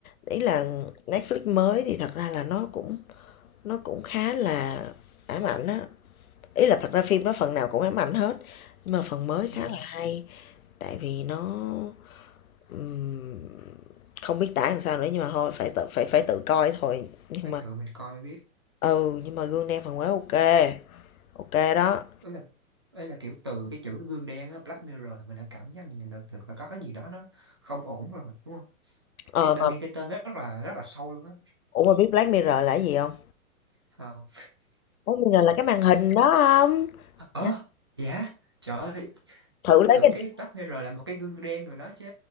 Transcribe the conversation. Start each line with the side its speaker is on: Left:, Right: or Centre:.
Left: Ý là Netflix mới thì thật ra là nó cũng, nó cũng khá là ám ảnh á. Ý là thật ra phim đó phần nào cũng ám ảnh hết, nhưng mà phần mới
Right: ừ.
Left: khá là hay. tại vì nó ừm, không biết tả làm sao nữa nhưng mà thôi phải tự phải phải tự coi thôi nhưng
Right: phải
Left: mà
Right: tự mình coi mới biết
Left: Ừ, nhưng mà gương đen phản quang ok. Ok đó.
Right: ấy là ấy là kiểu từ cái chữ gương đen á Black Mirror là mình đã cảm nhận được được là có cái gì đó nó không ổn rồi đúng không
Left: Ờ
Right: cái tên
Left: mà
Right: nghe cái tên rất là rất là sâu luôn á
Left: ủa mà biết Black Mirror là cái gì không?
Right: Ờ.
Left: Black Mirror là cái màn hình đó không?
Right: ờ
Left: Dạ.
Right: dạ trời ơi
Left: Thử
Right: tôi cứ
Left: lấy
Right: tưởng
Left: cái điện-
Right: cái Black Mirror là một cái gương đen rồi đó chứ